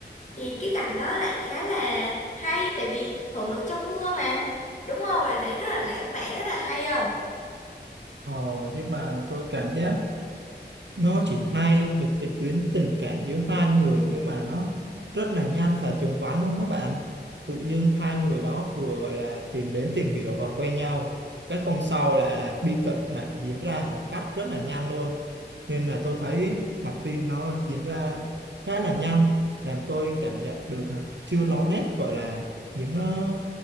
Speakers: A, on the left (about 40°); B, on the right (about 80°).
A: thì cái cảnh đó lại khá là hay tại vì thổ lộ trong mưa mà. Đúng không? Bạn thấy rất là lãng mạn, rất là hay không?
B: ờ nhưng mà tôi cảm giác nó chỉ hay được cái tuyến tình cảm giữa hai người nhưng mà nó rất là nhanh và chóng vánh luôn đó bạn tự nhiên hai người đó vừa gọi là tìm đến tìm hiểu và quen nhau cái hôm sau lại là bi kịch lại diễn ra một cách rất là nhanh luôn nên là tôi thấy mặt phim nó diễn ra khá là nhanh làm tôi cảm nhận được à, chưa rõ nét gọi là những ờ,